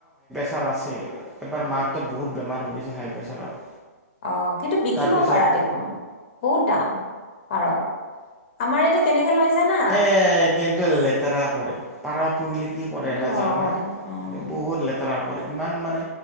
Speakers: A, in the centre; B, on the left.
A: চাৰ আছে এবাৰ মাততো বহুত বেমাৰ হৈ গৈছিল হাই প্ৰেছাৰত
B: অ কিন্তু বিকিব
A: তাৰপিছত
B: পাৰা দেখোন বহুত দাম পাৰৰ। আমাৰ ইয়াতে কেনেকে লয়। জানা
A: এ কিন্তু লেতেৰা কৰে পাৰ পুহিলে কি কৰে
B: সেইটো
A: ন
B: হয়
A: জানানা
B: অঁ
A: বহুত লেতেৰা কৰে ইমান মানে